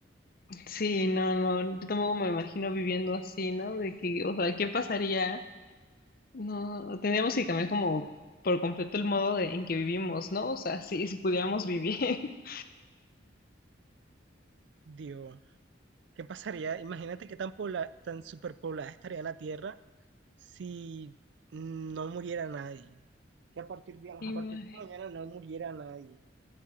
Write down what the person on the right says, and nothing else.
digo. ¿Qué pasaría? Imagínate qué tan, pobla- tan superpoblada estaría la Tierra si no muriera nadie. Que a partir de, a
partir de mañana no muriera nadie.